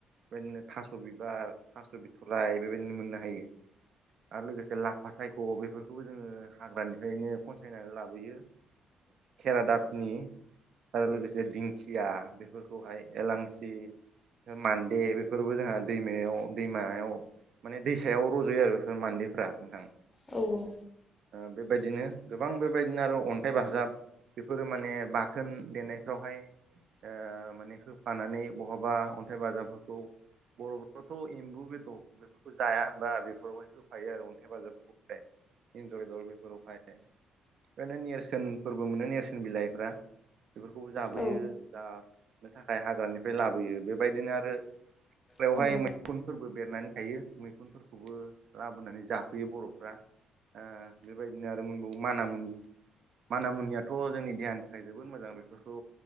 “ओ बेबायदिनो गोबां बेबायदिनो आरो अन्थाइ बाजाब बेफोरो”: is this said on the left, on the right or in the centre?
Right